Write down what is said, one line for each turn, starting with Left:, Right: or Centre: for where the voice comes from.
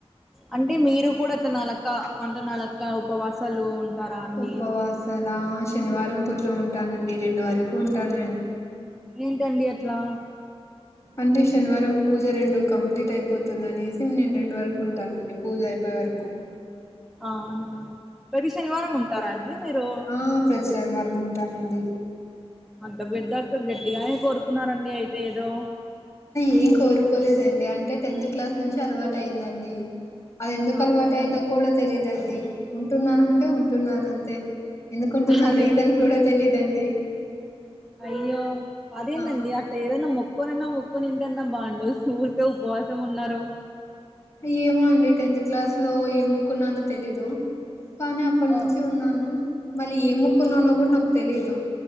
Centre: అంటే మీరు కూడా అట్లా నాలక్క అంటే నాలక్క ఉపవాసాలు ఉంటారా అండి
Left: ఉపవాసలా శనివారం పుట్లో ఉంటానండి రెండు వరకు ఉంటానండి
Centre: ఏంటండి అట్లా
Left: అంటే శనివారం పూజ రెండు కంప్లీట్ అయిపోతుంది అనేసి నేను రెండు వరకు ఉంటానండి పూజా అయిపోయే వరకు
Centre: అవునా ప్రతి శనివారం ఉంటారా అండి మీరు
Left: ఆ ప్రతి శనివారం ఉంటానండి
Centre: అంత పెద్ద అక్క గట్డిగానే కోరుకున్నారండి అయితే ఏదో
Left: ఏం కోరుకోలేదండి అంటే టెన్త్ క్లాస్ నుంచి అలవాటు అయ్యిదండి అది ఎందుకు
Centre: అవునా
Left: అలవాటు అయిందో కూడా తెలీదండి ఉంటున్నానంటే ఉంటున్నానంతే ఎందుకుంటున్నా
Centre: అదే
Left: రీజన్ కూడా తెలీదండి
Centre: అయ్యో అదేందండి
Left: ఆ
Centre: అట్ అట్లా ఏదన్నా మొక్కొకున్నా మొక్కొని ఉంటానన్న బాగుండు సూరిక ఉపవాసం ఉన్నారు
Left: ఏమో అండి టెన్త్ క్లాస్ లో ఎంమోక్కుకున్నానో తెలీదు కానీ అప్పటినుంచి
Centre: ఓ
Left: ఉన్నాను మళ్ళీ ఏం మొక్కున్నానో కూడా నాకు తెలీదు